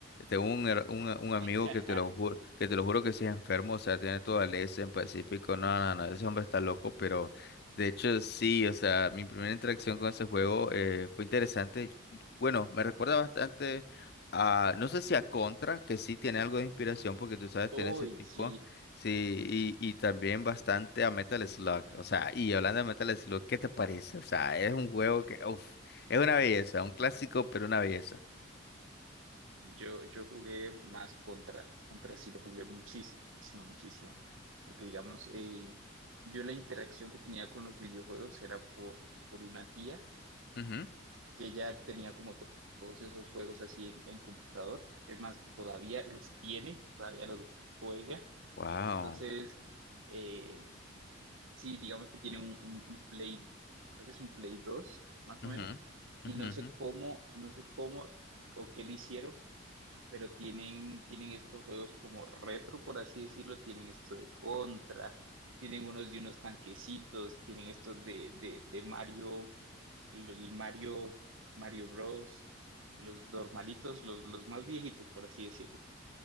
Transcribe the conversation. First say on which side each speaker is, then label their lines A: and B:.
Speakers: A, on the left; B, on the right.
A: Tengo un, her- un, un amigo
B: <laughs>
A: que te lo juro, que te lo juro que sí es enfermo, o sea, tiene todo al S en Pacífico. No, no, no, ese hombre está loco, pero de hecho sí, o sea, mi primera interacción con ese juego eh, fue interesante. Bueno, me recuerda bastante a, no sé si a Contra, que sí tiene algo de inspiración, porque tú sabes,
B: Uy,
A: tiene ese tipo.
B: sí.
A: Sí, y, y también bastante a Metal Slug. O sea, y hablando de Metal Slug, ¿qué te parece? O sea, es un juego que, uff, es una belleza, un clásico, pero una belleza.
B: Yo, yo jugué más contra, contra sí lo jugué muchísimo, muchísimo, porque digamos, eh, yo la interacción que tenía con los videojuegos era por, por una tía
A: Ujú.
B: que ya tenía como to- todos esos juegos así en, en computador, es más, todavía los tiene, todavía los juega,
A: Wow.
B: entonces, eh, sí, digamos que tiene un, un, un Play, creo que es un Play 2 más
A: Ujú,
B: o menos, y
A: ujú,
B: no sé
A: ujú.
B: cómo, no sé cómo o qué le hicieron pero tienen, tienen estos juegos como retro, por así decirlo, tienen esto de Contra, tienen unos de unos tanquecitos, tienen estos de, de, de Mario, el el Mario, Mario Bros, los normalitos, los, los más viejitos, por así decirlo.